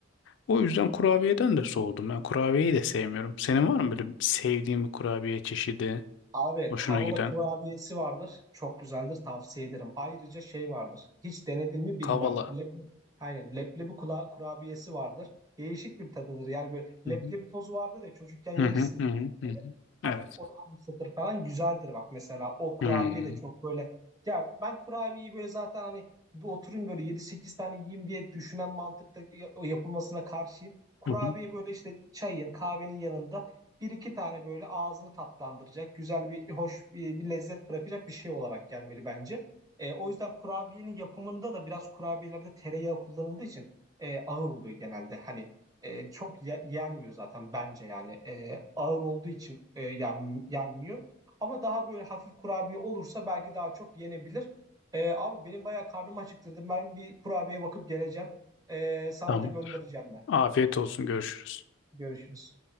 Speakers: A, on the left; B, on the right.
A: O yüzden kurabiyeden de soğudum. Ben kurabiyeyi de sevmiyorum. Senin var mı böyle sevdiğin bir kurabiye çeşidi?
B: Abi
A: Hoşuna
B: kavala
A: giden?
B: kurabiyesi vardır. Çok güzeldir tavsiye ederim. Ayrıca şey vardır. Hiç denedin mi bilmem.
A: Kavala.
B: Lep, aynen leblebi kula- kurabiyesi vardır. Değişik bir tadıdır. Yani böyle
A: Hı
B: leblebi
A: hı.
B: tozu vardır ya çocukken
A: Hı
B: yemişsin
A: hı hı hı.
B: belki
A: hı hı.
B: böyle.
A: Evet.
B: Hafif onu anımsatır falan güzeldir bak mesela. O kurabiye
A: Hı hı.
B: de çok böyle. Ya ben kurabiyeyi böyle zaten hani bir oturayım böyle yedi sekiz tane yiyeyim diye düşünen mantıkta ya- yapılmasına karşıyım. Kurabiye
A: Hı hı.
B: böyle işte çayın kahvenin yanında bir iki tane böyle ağzını tatlandıracak, güzel bir hoş bir, bir lezzet bırakacak bir şey olarak gelmeli bence. E, o yüzden kurabiyenin yapımında da biraz kurabiyelerde tereyağı kullanıldığı için e, ağır oluyor genelde. Hani e, çok ye- yenmiyor zaten bence yani E, ağır olduğu için e, yen- yenmiyor. Ama daha böyle hafif kurabiye olursa belki daha çok yenebilir. E, abi benim bayağı karnımı acıktırdı. Ben bir kurabiye bakıp geleceğim. E, sana
A: Tamamdır.
B: da göndereceğim ben.
A: Afiyet olsun. Görüşürüz.
B: Görüşürüz.